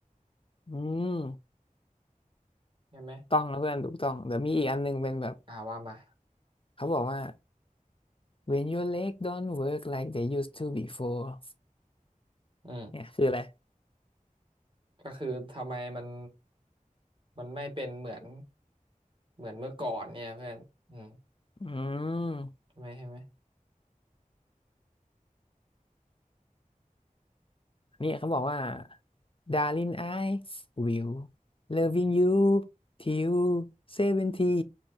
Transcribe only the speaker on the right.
ใช่ไหม
อ่าว่ามา
อืม
ก็คือทำไมมันมันไม่เป็นเหมือน เหมือนเมื่อก่อนเนี่ยเพื่อนอืม
ใช่ไหมใช่ไหม